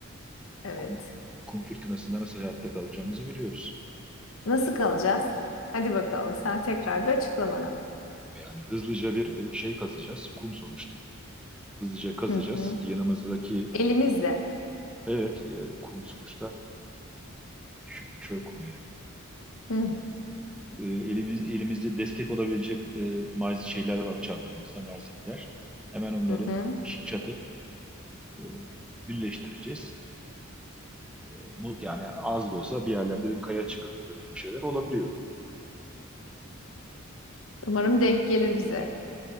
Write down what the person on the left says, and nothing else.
Evet.
Nasıl kalacağız? Hadi bakalım sen tekrar bir açıkla bana.
Hı hı.
Elimizle.
Hı
hı. hı.
Umarım denk gelir bize.